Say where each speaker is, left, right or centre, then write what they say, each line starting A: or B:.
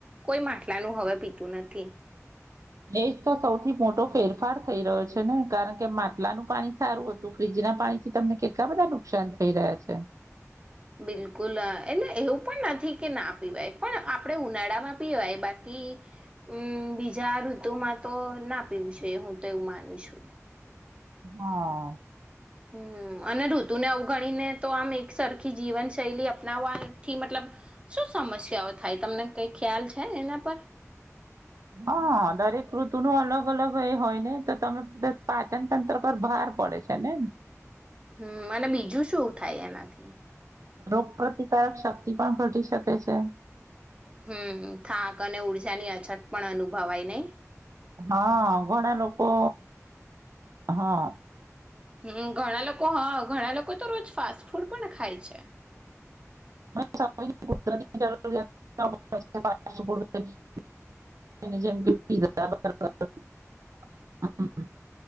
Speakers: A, on the right; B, on the right.
A: કોઈ માટલાનું હવે પીતું નથી.
B: એજ તો સૌથી મોટો ફેરફાર થઈ રહ્યો છે ને કારણ કે માટલાનું પાણી સારું હતું ફ્ર્રીજના પાણી થી તમને કેટલા બધા નુકસાન થઈ રહ્યા છે.
A: બિલકુલ એટલે એવું પણ નથી કે ના પીવાય પણ આપણે ઉનાળામાં પીવાય બાકી અમ બીજા ઋતુમાં તો ના પીવું છે હું તો એવું માનું છું.
B: હા.
A: હમ અને ઋતુને અવગણીને તો આમ એક સરખી જીવનશૈલી અપનાવવાથી મતલબ શું સમસ્યાઓ થાય તમને કઈ ખ્યાલ છે એના પર?
B: હા દરેક ઋતુનો અલગ અલગ એ હોય ને તો તમે પાચનતંત્ર પર ભાર પડે છે. તને ન
A: હમ અને બીજું શું થાય એનાથી?
B: રોગ પ્રતિકારક શક્તિ પણ ઘટી શકે છે.
A: હમ્મ થાક અને ઉર્જાની અછત પણ અનુભવાય નહી?
B: હા ઘણા લોકો હા
A: હમ ઘણા લોક કો હા ઘણા લોકો તો રોજ ફાસ્ટ ફૂડ પણ ખાય છે.
B: <inaudible>